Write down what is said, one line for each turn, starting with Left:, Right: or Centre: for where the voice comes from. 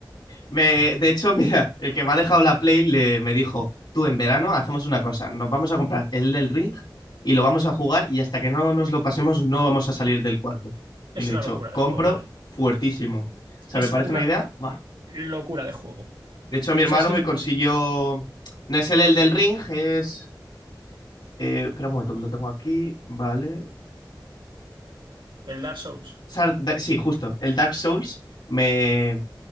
Left: Me- de hecho, <laughs> mira, el que me ha dejado la Play le, me dijo: Tú en verano hacemos una cosa, nos vamos a comprar el del Ring y lo vamos a jugar y hasta que no nos lo pasemos, no vamos a salir del cuarto.
Right: Es
Left: Y le he
Right: una
Left: dicho:
Right: locura
Left: Compro
Right: de juego, ¿eh?
Left: fuertísimo. O sea,
Right: Es
Left: me parece
Right: una
Left: una idea. Buah.
Right: locura de juego. O
Left: De hecho, mi hermano
Right: sea, es el,
Left: me consiguió. No es el, el del Ring, es. Eh, espera un momento que lo tengo aquí, ¿vale?
Right: El Dark Souls,
Left: Sar- da- sí, justo, el Dark Souls me,